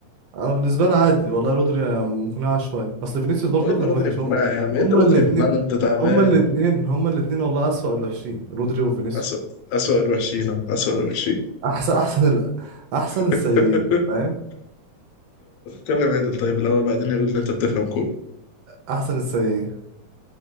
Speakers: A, on the right; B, on the left.
A: انا بالنسبه لي عادي والله رودري مقنعه شويه اصل فينيسيوس برضو
B: هو ايه
A: كان
B: اللي رودري
A: وحش
B: بمعنى
A: هم
B: يا عم ايه
A: هما
B: اللي رودري
A: الاثنين
B: بمعنى انت تعبان
A: هما الاثنين هما الاثنين والله اسوأ الوحشين رودري وفينيسيوس
B: أسوأ أسوأ الوحشين أسوأ الوحشين
A: احسن احسن ال... احسن السيئين
B: <laughs>
A: فاهم
B: كلم عدل طيب الأول بعدين يقول إن أنت بتفهم كورة
A: احسن السيئين